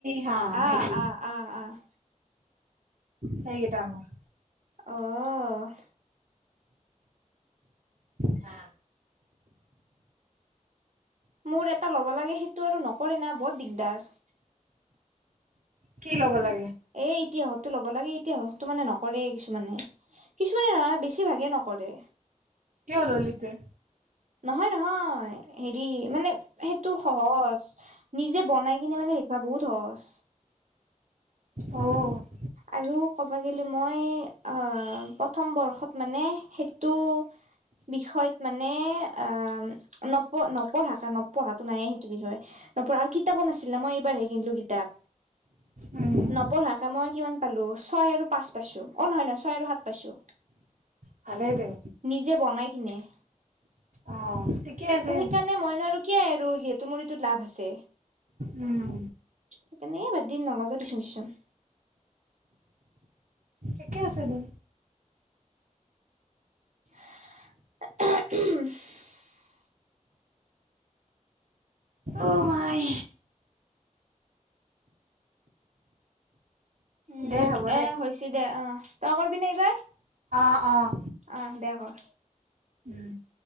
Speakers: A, on the right; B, on the right.
A: হা
B: অ'
A: সেইটো
B: অ' অ'।
A: সেইকেইটা মোৰ।
B: অ'।
A: হা!
B: মোৰ এটা ল'ব লাগে, সেইটো আৰু নকৰে না! বহুত দিগদাৰ।
A: কি ল'ব লাগে?
B: এ ইতিয়হতো ল'ব লাগে, ইতিয়হতো মানে নকৰে কিছুমানে, কিছুমানে নহয় বে ছি ভাগে নকৰে।
A: কিয় ললি তে?
B: নহয় নহয়, হেৰি মানে সেইটো সহজ। নিজে বনাই কিনে মানে লিখিবা বহুত সহজ।
A: অ'।
B: আৰু ক'ব গ'লে মই অ' প্ৰথম বৰ্ষত মানে সেইটো বিষয়ত মানে আ অলপো <unintelligible> সেইটো বিষয়। নপঢ়া, কিতাপো নাছিলে মই এইবাৰহে কিনিলো কিতাপ,
A: উম
B: নপঢ়াকে মই কিমান পালো ছয় আৰু পাঁচ পাইছো, অ' নহয় নহয় ছয় আৰু সাত পাইছো।
A: ভালেই দে
B: নিজে বনাই কিনে। তুমি
A: অ ঠিকে আছে
B: কাৰণে মইনো আৰু কিয় আৰু যিহেতু মোৰ এইটোত লাভ আছে।
A: উম
B: সেইকাৰণে এ বাদ দিলো, নলও যা টিউচন চিউচন।
A: ঠিকেই আছে দে।
B: <unintelligible>
A: অ' মাই!
B: উম
A: দে হ'ব
B: এ
A: দে
B: হৈছে দে, অ' তই কৰিবি নে এইবাৰ?
A: অঁ!
B: অ' দে কৰ।
A: উম'।